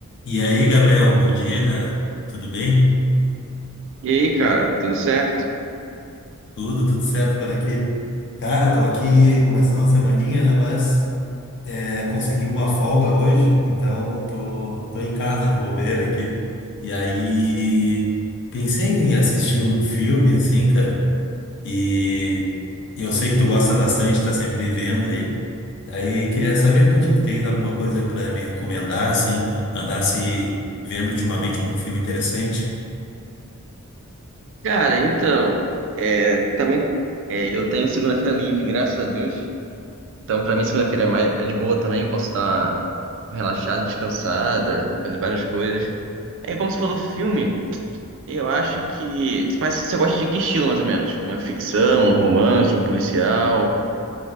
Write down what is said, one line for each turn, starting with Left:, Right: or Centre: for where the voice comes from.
Left: E aí, Gabriel, bom dia, cara. Tudo bem?
Right: E aí, cara, tudo certo?
Left: Tudo, tudo certo por aqui. Cara, tô aqui começando a semaninha, né? Mas é, consegui uma folga hoje, então tô, tô em casa de bobeira aqui. E aí, pensei em assistir um filme, assim, cara. E, e eu sei que tu gosta bastante, tá sempre vendo aí. Aí queria saber contigo, tens alguma coisa para me recomendar, assim, andasse vendo ultimamente algum filme interessante?
Right: Cara, então, é, também é, eu tenho segunda-feira livre, graças a Deus. Então, pra mim, segunda-feira é, mais- é de boa também, posso dar uma relaxada, descansada, fazer várias coisas. É como se for do filme, eu acho que. Mas você gosta de que estilo, mais ou menos? Uma ficção, um romance, um policial?